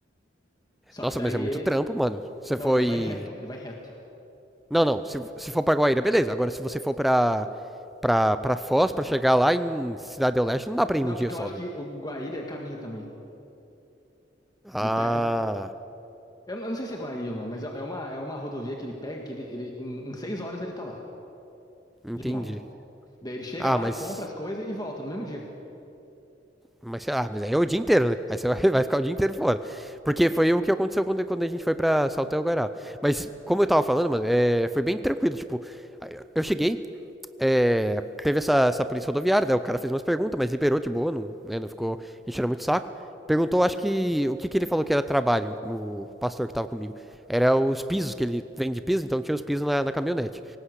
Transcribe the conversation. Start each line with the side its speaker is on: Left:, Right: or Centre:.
Left: Só
Centre: Nossa,
Left: que daí,
Centre: mas é muito trampo, mano. Você
Left: não,
Centre: foi.
Left: ele vai reto, ele vai reto.
Centre: Não, não. Se, se for pra Guaíra, beleza. Agora, se você for pra, pra, pra Foz, pra chegar lá em Cidade do Leste, não dá pra ir
Left: Não,
Centre: um dia
Left: porque
Centre: só,
Left: eu acho
Centre: velho.
Left: que o Guaíra é caminho também.
Centre: Ah,
Left: Ele pega um Eu não eu não sei se é Guaí ou não, mas é é uma, é uma rodovia que ele pega, que ele, ele em, em seis horas ele tá lá,
Centre: entendi.
Left: de moto. Daí ele chega
Centre: Ah,
Left: lá,
Centre: mas.
Left: compra as coisas e volta no mesmo dia.
Centre: Mas sei lá, mas aí é o dia inteiro, né? Aí você vai, <laughs> vai ficar o dia inteiro fora. Porque foi o que aconteceu quando, quando a gente foi pra Saltel Guará. Mas, como eu tava falando, mano, é, foi bem tranquilo. Tipo, eu cheguei, é, teve essa, essa polícia rodoviária, né? o cara fez umas perguntas, mas liberou de boa, não, né? não ficou enchendo muito o saco. Perguntou, acho que, o que, que ele falou que era trabalho, o pastor que tava comigo. Era os pisos, que ele vende piso, então tinha os pisos na, na caminhonete.